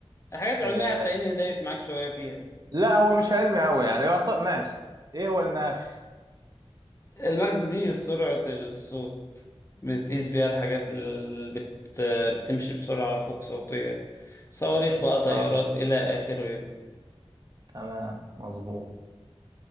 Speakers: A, on the left; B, on the right.
A: الحاجات العلمية
B: آه...
A: هتلاقيني دايس معاك شوية فيها
B: لا هو مش علمي قوي يعني هو طب ماشي ايه هو المخ
A: المغناطيس دي سرعة الصوت بتقيس بيها الحاجات اللي بت... بتمشي بسرعة فوق صوتية صواريخ بقى
B: صح
A: طيارات إلى آخره يعني
B: تمام مظبوط